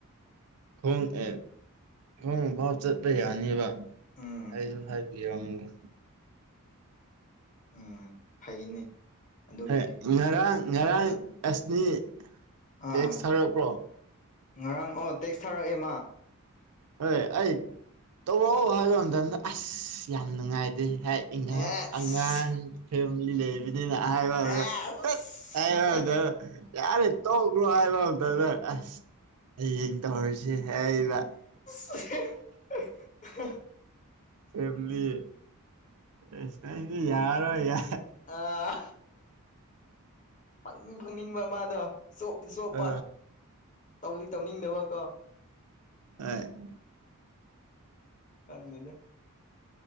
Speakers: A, on the right; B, on the left.
A: ꯈꯣꯡ ꯑꯦ ꯈꯣꯡꯅ ꯐꯥꯎ ꯆꯠꯄ ꯌꯥꯅꯤꯕ
B: ꯎꯝ
A: ꯑꯩꯁꯨ ꯍꯥꯏ꯫ <unintelligible>
B: ꯎꯝ ꯐꯩꯅꯦ꯫ ꯑꯗꯨꯒꯤꯗꯤ
A: ꯍꯣꯏ ꯉꯔꯥꯡ ꯉꯔꯥꯡ ꯑꯦꯁꯅꯤ
B: ꯑꯥ
A: ꯇꯦꯛꯁ ꯊꯔꯛꯄ꯭ꯔꯣ꯫
B: ꯉꯔꯥꯡ ꯑꯣ ꯇꯦꯛꯁ ꯊꯥꯔꯛꯑꯦ ꯃꯥ꯫
A: ꯍꯣꯏ ꯑꯩ ꯇꯧꯔꯛꯑꯣ ꯍꯥꯏꯕ ꯃꯇꯝꯗ ꯑꯁ ꯌꯥꯝ ꯅꯨꯡꯉꯥꯏꯗꯦ ꯍꯥꯏ꯫ <unintelligible>
B: ꯑꯦꯁ
A: ꯑꯉꯥꯡ ꯐꯦꯃꯤꯂꯤ ꯂꯩꯕꯅꯤꯅ ꯍꯥꯏꯕꯒ
B: ꯑꯦꯁ
A: ꯇꯠ꯫ <unintelligible> ꯌꯥꯔꯦ ꯇꯧꯛꯔꯣ ꯍꯥꯏꯕ ꯃꯇꯝꯗ ꯑꯁ꯫ ꯍꯌꯦꯡ ꯇꯧꯔꯁꯤ ꯍꯥꯏꯕ꯫
B: <unintelligible>
A: ꯐꯦꯝꯂꯤ ꯑꯁ ꯅꯪꯗꯤ ꯌꯥꯔꯣꯏ ꯌꯥ
B: ꯑꯥ ꯐꯪꯅꯤꯡ ꯐꯪꯅꯤꯡꯕ ꯃꯥꯗꯣ꯫ ꯆꯣꯞꯇꯤ ꯆꯣꯞꯄ
A: ꯑ
B: ꯇꯧꯗꯤ ꯇꯧꯅꯤꯡꯗꯕꯀꯣ꯫
A: ꯑꯣꯢ
B: ꯈꯪꯗꯦꯗ꯫